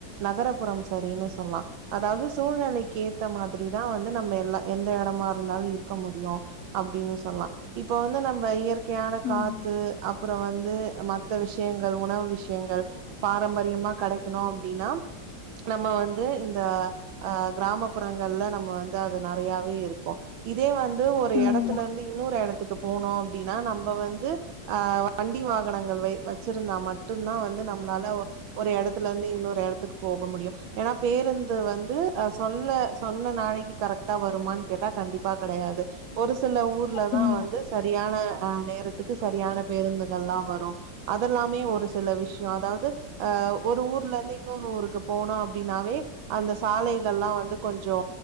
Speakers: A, on the right; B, on the left.
A: நகர்புறம் சரின்னு சொல்லா அதாவ்து சூழ்நிலைக்கு ஏத்த மாதுரிதா வந்து நம்ம எல்லா எந்த எடமா இருந்தாலு இருக்க முடியு அப்டின்னு சொல்லா இப்ப வந்து நம்ப இயற் க்யான
B: ம்
A: காத்து
B: ம்
A: அப்புற வந்து மத் த விஷ்யங்க உணவு விஷயங்க பாரம்பரியமா கடைக்கணு அப்டின்னா நம்ம வந்து இந்த அ கிராமப்புறங்கள்ல நம்ம வந்து அது நறையாவே இருக்கு இதே வந்து ஒரு
B: ம்
A: எடத்துல இருந்து இன்னொரு எடத்துக்கு போணு டினா நம்ப வந்து அ வண்டி வாகனங்கள் வைத் வச்சிருந்தா மட்டும்தா வந்து நம்மளால ஒரு எடத்துல இருந்து இன்னொரு எடத்துக்கு போக முடியு ஏன்னா பேருந்து வந்து அ சொல்ல சொன்ன நாளக்கு கரெக்டா வருமான்னு கேட்டா கண்டிப்பா கடையாது ஒரு சில ஊர்லதா
B: ம்
A: வந்து சரியான அ நேரத்துக்கு சரியான பேருந்துகள்லா வரு அதல்லாமே ஒரு சில விஷ்யோ அதாவ்து அ ஒரு ஊர்ல இருந்து இன்னொரு ஊருக்கு போனு அ ப்டினாவே அந்த சாலைகள்லா வந்து கொஞ்சோ